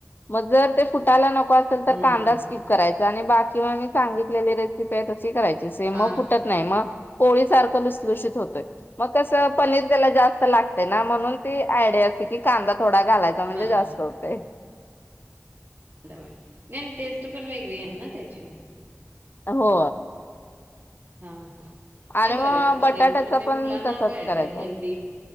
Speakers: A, on the left; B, on the right.
A: मग जर ते फुटायला नको तर
B: हं,
A: कांदा
B: हं,
A: स्कीप
B: हं.
A: करायचा आणि बाकी म मी सांगितलेली रेसिपी आहे तशी करायची सेम
B: हां,
A: म
B: हां.
A: फुटत नाही म पोळी सारखं लुसलुषित होतोय मग कस पनीर त्याला जास्त लागतय ना म्हणून ती आयडिया कांदा थोडा घालायचा म्हणजे
B: हां,
A: जास्त
B: हां.
A: होतय
B: नाही अन् टेस्ट पण वेगळी येईल ना त्याची
A: हो
B: हा हा नाही
A: आणि
B: बरं
A: मग
B: आहेे ते पनीरचं
A: बटाट्याचा
B: म्हणजे
A: पण
B: मुलांना
A: तसाच
B: बर आहेेते
A: करायचा.
B: हेल्दी